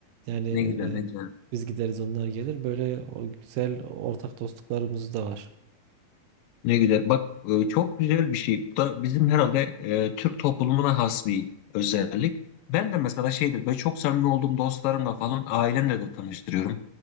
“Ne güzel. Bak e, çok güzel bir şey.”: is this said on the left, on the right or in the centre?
Left